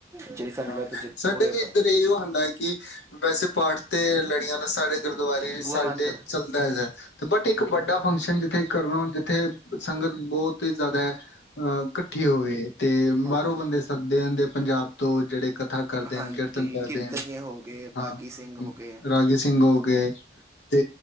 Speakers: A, on the right; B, on the left.
A: ਜਿਹੜੀ ਸੰਗਤ
B: ਹਾਂ
A: ਜਿ-
B: ਸਾਡੇ
A: ਉਰੇ ਪ-
B: ਵੀ ਇੱਧਰ ਇਹੋ ਹੁੰਦਾ ਹੈ ਕਿ ਵੈਸੇ ਪਾਠ ਤੇ ਲੜੀਆਂ ਨਾ ਸਾਡੇ ਗੁਰਦੁਆਰੇ।
A: ਬੂਆ
B: ਸਾਡੇ
A: ਬੰਦ ਕਰੋ
B: ਚਲਦਾ ਇੱਧਰ ਬਟ ਇੱਕ ਵੱਡਾ ਫੰਕਸ਼ਨ ਜਿੱਥੇ ਕਰਨਾ ਜਿੱਥੇ। ਸੰਗਤ ਬਹੁਤ ਹੀ ਜ਼ਿਆਦਾ ਹੈ। ਐ ਇਕੱਠੀ ਹੋਵੇ ਤੇ
A: ਹਾਂ,
B: ਬਾਹਰੋਂ
A: ਹਾਂ।
B: ਬੰਦੇ ਸੱਦੇ ਹੁੰਦੇ ਪੰਜਾਬ। ਤੋਂ ਜਿਹੜੇ ਕਥਾ ਕਰਦੇ
A: ਹਾਂਜੀ
B: ਨੇ ਕੀਰਤਨ ਕਰਦੇ
A: ਕੀਰਤਨੀਏ
B: ਨੇ
A: ਹੋ ਗਏ
B: ਹਾਂ
A: ਰਾਗੀ ਸਿੰਘ ਹੋ ਗਏ
B: ਰਾਜੇ ਸਿੰਘ ਹੋ ਗਏ ਤੇ।